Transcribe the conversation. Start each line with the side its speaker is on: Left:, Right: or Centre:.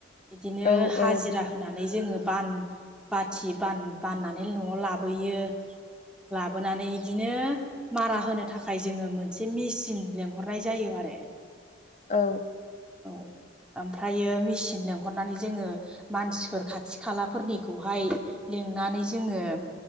Centre: इदिनो
Left: औ
Centre: हाजिरा
Left: औ
Centre: होना नानै जोङो बान बाथि बाननानै न'आव लाबोयो। लाबोनानै इदिनो मारा होनो थाखाय जोङो मोनसे मिचिन लेंहरनाय जायो आरो।
Left: औ
Centre: औ ओमफ्रायो मिचिन लिंहरनानै जोङो मानसिफोर खाथि खालाफोरनिखौहाय लिंनानै जोङो